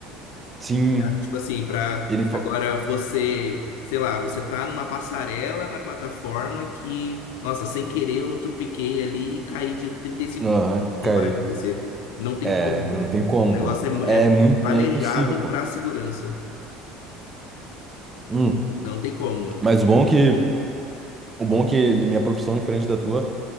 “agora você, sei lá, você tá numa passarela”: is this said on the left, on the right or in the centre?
Left